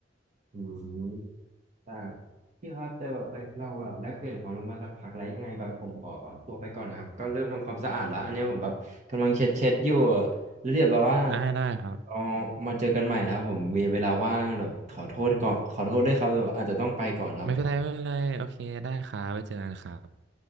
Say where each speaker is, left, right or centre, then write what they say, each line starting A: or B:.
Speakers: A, on the right; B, on the right.
A: อืม อ่ครับพี่ครับแต่แบบเอ้ยเราแบบได้เปลี่ยนความรู้มาสักพักแล้วยังไงแบบผมขอตัวไปก่อนนะครับก็เริ่มทำความสะอาดแล้วอันเนี้ยผมแบบกำลังเช็ดเช็ดอยู่แล้วเดี๋ยวแบบว่า
B: ได้ได้ครับ
A: เรามาเจอกันใหม่นะครับผมมีเวลาว่างเดี๋ยวขอโทษก่อนขอโทษด้วยครับเดี๋ยวอาจจะต้องไปก่อนครับผม
B: ไม่เป็นไรไม่เป็นไรโอเคได้ครับไว้เจอกันครับ